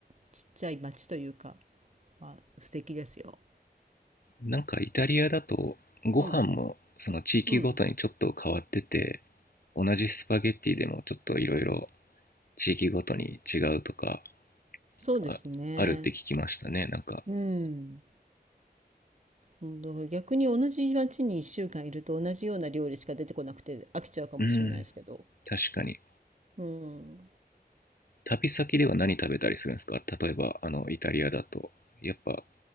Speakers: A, on the right; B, on the left.
A: ちっちゃい町というかは素敵ですよ。
B: なんかイタリアだとご飯もその地域ごとにちょっと変わってて
A: うんうん
B: 同じスパゲッティでもちょっといろいろ地域ごとに違うとか
A: そうですね。
B: ああるって聞きましたねなんか
A: うんうんだから逆に同じ町に1週間いると同じような料理しか出てこなくて飽きちゃうかもしれないですけど。
B: うん確かに
A: うん、
B: 旅先では何食べたりするんですか例えば、あの、イタリアだと、やっぱ、